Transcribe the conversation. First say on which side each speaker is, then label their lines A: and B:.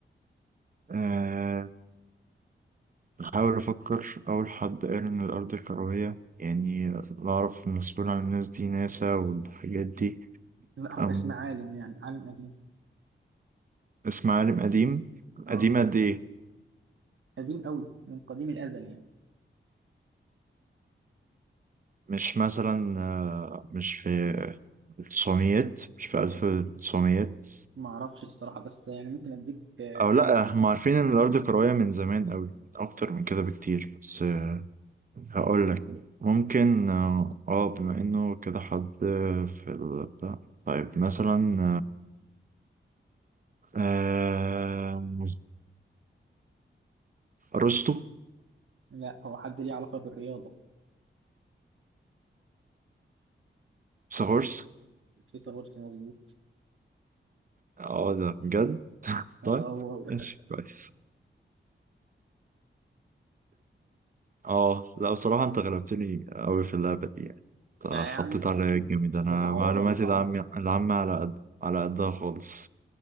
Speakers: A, on the right (about 45°); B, on the right (about 80°).
A: آه، بحاول أفكر أول حد قال إن الأرض كروية يعني بعرف مسؤول عن الناس دي ناسا والحاجات دي
B: لا هو
A: أم
B: اسم عالم يعني عالم قديم
A: اسم عالم قديم
B: اه
A: قديم قد إيه؟
B: قديم قوي من قديم الأزل يعني
A: مش مثلا آه، مش في التسعميات مش في ألف التسعميات
B: ما اعرفش الصراحة بس يعني ممكن اديك
A: أو
B: هنت
A: لأ
B: يعني
A: هم عارفين إن الأرض كروية من زمان أوي أكتر من كده بكتير بس آه، هقول لك ممكن آه آه، بما إنه كده حد في البتاع طيب مثلا آه، آه، ارسطو
B: لا هو حد ليه علاقة بالرياضة
A: سهورس
B: في صبرس مظبوط
A: اه ده بجد
B: آه
A: طيب
B: هو أول
A: ماشي
B: حاجة
A: كويس اه لا بصراحة انت غلبتني قوي في اللعبة دي يعني انت
B: يعني
A: حطيت عليا جامد انا
B: متعوضة
A: معلوماتي
B: متعوضة
A: العامة العامة على قد على قدها خالص